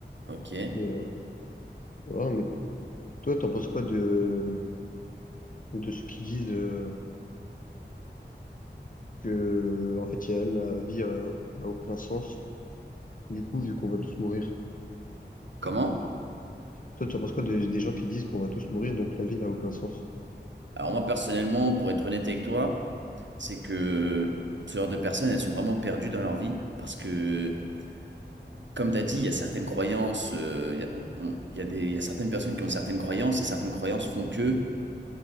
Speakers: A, on the right; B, on the left.
A: ok.
B: Mais euh, voilà, mais toi, t'en penses quoi de, de ceux qui disent euh, que en fait, il y a, la vie a, n'a aucun sens, du coup, vu qu'on va tous mourir.
A: Comment?
B: Toi, tu en penses quoi de- des gens qui disent qu'on va tous mourir, donc la vie n'a aucun sens?
A: Alors moi personnellement, pour être honnête avec toi, c'est que ce genre de personnes, elles sont vraiment perdues dans leur vie parce que, comme tu as dit, il y a certaines croyances, euh, il y a, on- on- il y a des, il y a certaines personnes qui ont certaines croyances et certaines croyances font que